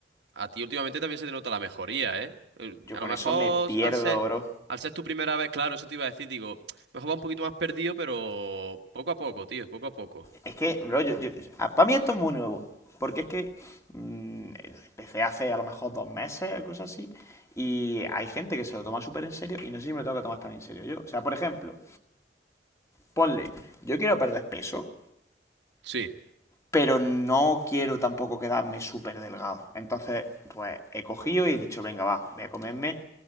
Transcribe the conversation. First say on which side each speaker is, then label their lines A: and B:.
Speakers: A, on the right; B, on the left.
A: a ti últimamente también se te nota la mejoría, ¿eh? Eh,
B: Yo
A: A
B: con
A: lo mejor
B: eso me pierdo,
A: al ser,
B: bro.
A: al ser tu primera vez, claro, eso te iba a decir, digo, mejor va un poquito más perdido, pero poco a poco, tío, poco a poco.
B: Es que, bro, yo, para mí esto es muy nuevo. Porque es que mm, empecé hace a lo mejor dos meses, cosas así. Y hay gente que se lo toma súper en serio y no sé si me lo tengo que tomar tan en serio yo. O sea, por ejemplo, ponle, yo quiero perder peso.
A: Sí,
B: pero no quiero tampoco quedarme súper delgado. Entonces, pues he cogido y he dicho, venga, va, voy a comerme